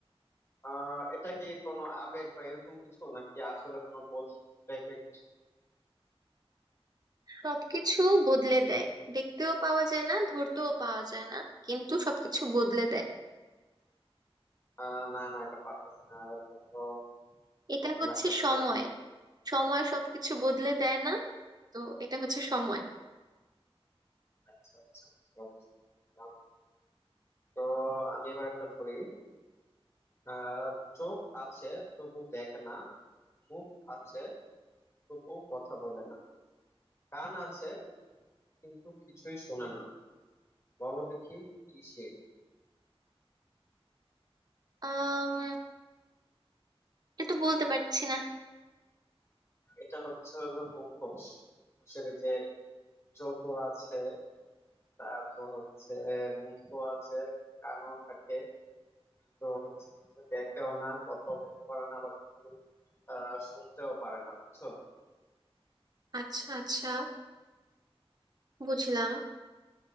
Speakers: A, on the left; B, on the right.
A: আহ এটা কি কোনো আবেগ বা এরকম কিছু নাকি আসলে কোনো বস্তু টাইপের কিছু
B: সবকিছু বদলে দেয় দেখতেও পাওয়া যায় না ধরতেও পাওয়া যায় না কিন্তু সবকিছু বদলে দেয়
A: আহ না না এটা পারতেছে না এটা তো
B: এটা
A: কঠিন
B: হচ্ছে
A: লাগতেছে
B: সময়
A: না
B: সময় সবকিছু বদলে দেয় না তো এটা হচ্ছে সময়
A: আচ্ছা আচ্ছা আচ্ছা, বুঝতে পারলাম তো আমি এবার একটা ধরি আহ চোখ আছে তবু দেখে না মুখ আছে তবু কথা বলে না কান আছে কিন্তু কিছুই শোনে না বলো দেখি কি সে
B: আম, এটা বলতে পারছি না
A: এটা হচ্ছে হলো মুখোশ মুখোশের এই যে চোখও আছে তারপর হচ্ছে মুখও আছে কানও থাকে কিন্তু হচ্ছে কিন্তু দেখেও না কথাও বলতে পারে না আবার কিন্তু আহ শুনতেও পারে না বুঝছো
B: আচ্ছা আচ্ছা বুঝলাম